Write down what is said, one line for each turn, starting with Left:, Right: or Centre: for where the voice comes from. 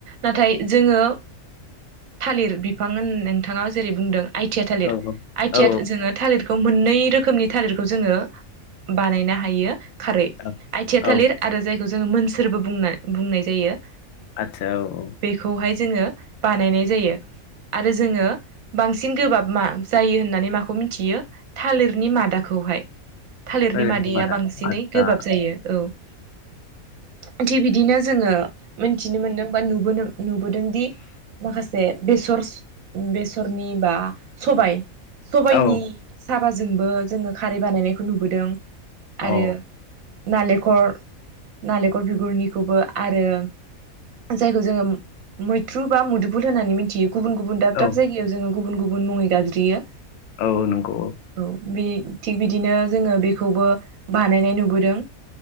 Right: नाथाय जोङो थालिर बिफां होन नोंथाङा जेरै बुंदों आइटिया थालिर
Left: औ
Right: आइटिया
Left: औ
Right: जोङो थालिर खौ मोननै रोखोमनि थालिरखौ जोङो बानायनो हायो। खारै
Left: औ
Right: आइथिया
Left: औ
Right: थालिर आरो जायखौ जोङो मोनसोरबो बुंना बुंनाय जायो।
Left: आतसा औ औ।
Right: बेखौहाय जोङो बानायनाय जायो। आरो जोङो बांसिन गोबाब मा जायो होननानै माखौ मिथियो थालिरनि मादाखौहाय। थालिरनि
Left: ओरैनो
Right: मादाया
Left: मादा
Right: बांसिनै
Left: आदसा
Right: गोबाब जायो औ। थि बि दिनो जोङो मिनथिनो मोनदों बा नुबोदों नुबोदों दि माखासे बेसर बेसरनि बा सबाइ सबाइनि
Left: औ
Right: साबाजोंबो जोङो खारै बानायनायखौ नुबोदों। आरो
Left: औ
Right: नालेंखर नालेंखर बिगुरनिखौबो आरो जायखौ जोङो मैथ्रु बा मुदुफुल होननानै मिथियो गुबुन गुबुन दाब दाब
Left: औ
Right: जायगायाव जोङो गुबुन गुबुन मुङै गाबज्रियो।
Left: औ नंगौ औ।
Right: औ बि थिग बिदिनो जोङो बेखौबो बानायनाय नुबोदों।